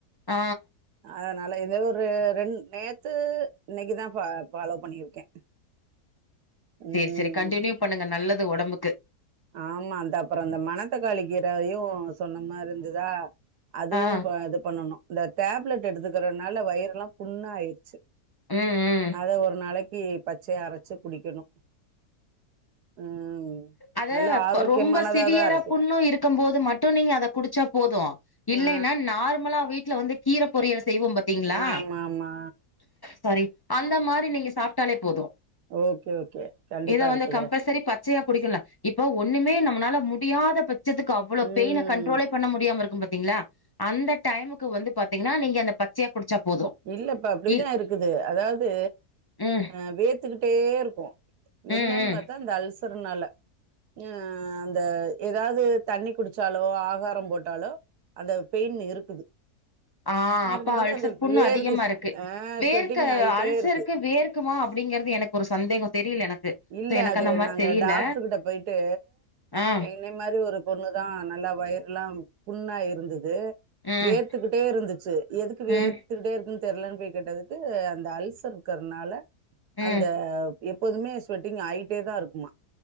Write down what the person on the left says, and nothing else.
ஆ
செரி செரி கண்டினியூ பண்ணுங்க நல்லது உடம்புக்கு
ஆ
ம் ம்
அத
ரொம்ப சிவியரா
புண்ணு இருக்கு போது மட்டு நீங்க அத குடிச்சா போதும் இல்லன்னா
நார்மலா வீட் ல வந்து கீர பொரியல் செய்வோம் பாத்தீங்களா
சாரி அந்த மாரி நீங்க சாப்ட்டாலே போதும்
இத
வந்து கம்பல்சரி பத்து பச்சையா குடிக்கலா இப்ப ஒண்ணுமே நம்மளால முடியாத பட்சத்துக்கு அவ்ள
பெயின கண்ட்ரோல பண்ண முடியாம இருக்கும் பாத்தீங்களா அந்த டைமுக்கு வந்து பாத்தீங்கன்னா நீங்க அந்த பச்சையா குடிச்சா போது
இல்
ம்
ம்
ம்
ஆ
அப்ப அல்சர்
புண்ணு
அதிகமா இருக்கு
வேர்க
அல்சருக்கு
வேருக்குமா அப்டிங்கறது எனக்கு ஒரு சந்தேகம் தெரில எனக்கு
சோ எனக்கு
அந்த மாரி
தெரில
ஆ
ம்
ம்
ம்